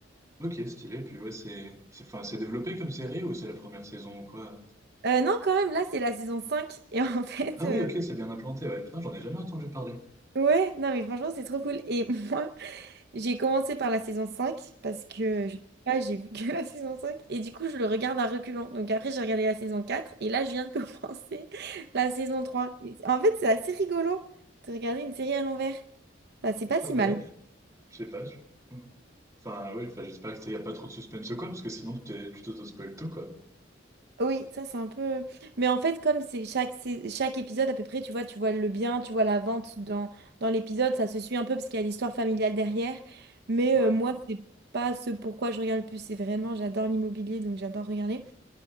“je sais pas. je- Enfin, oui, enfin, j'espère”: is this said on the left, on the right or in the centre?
Right